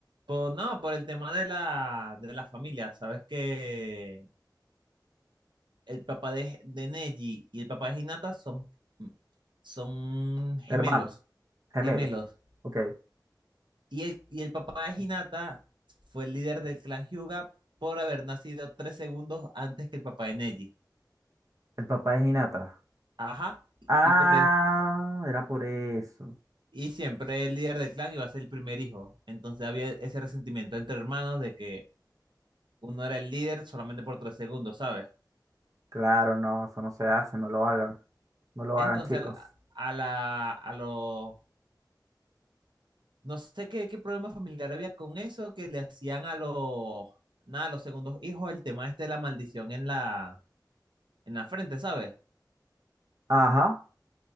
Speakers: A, on the right (about 90°); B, on the right (about 45°).
A: Pues no, por el tema de la, de la familia, sabes que el papá de, de Neji y el papá de Hinata son, son gemelos,
B: hermano, gemelo,
A: gemelos.
B: ok,
A: Y el, y el papá de Hinata fue el líder del clan Hyuga por haber nacido tres segundos antes que el papá de Neji.
B: el papá de Hinata.
A: Ajá,
B: Ah,
A: y por eso,
B: era por eso.
A: y siempre el líder del clan iba a ser el primer hijo. Entonces había ese resentimiento entre hermanos de que uno era el líder solamente por tres segundos, ¿sabes?
B: Claro, no, eso no se hace, no lo hagan, no lo
A: Entonces,
B: hagan, chicos.
A: a la, a la- a los, no sé qué, qué problema familiar había con eso, que le hacían a los, nada, a los segundos hijos el tema este de la maldición en la, en la frente, ¿sabes?
B: Ajá.